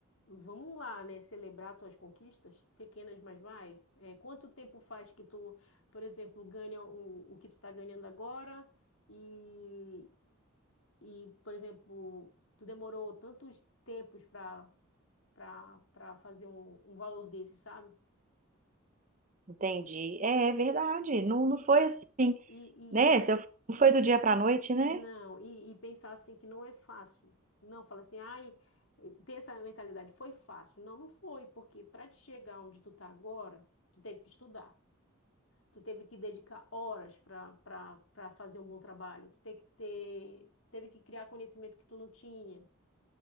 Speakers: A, on the left (about 70°); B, on the right (about 35°).
A: vamos lá, né, celebrar tuas conquistas, pequenas, mas vai. É, quanto tempo faz que tu, por exemplo, ganha o, o que tu tá ganhando agora? e E, por exemplo, tu demorou tantos tempos para para para fazer um, um valor desse, sabe?
B: Entendi. É, é verdade. Não, não foi assim,
A: E,
B: né?
A: e não
B: Se eu- Não foi do dia para a noite, né?
A: não e, e pensar assim que não é fácil. Não, fala assim, ai, ter essa mentalidade foi fácil. Não, não foi, porque para te chegar onde tu tá agora, tu teve que estudar. Tu teve que dedicar horas para para para fazer um bom trabalho. Tu teve que ter teve que criar conhecimento que tu não tinha.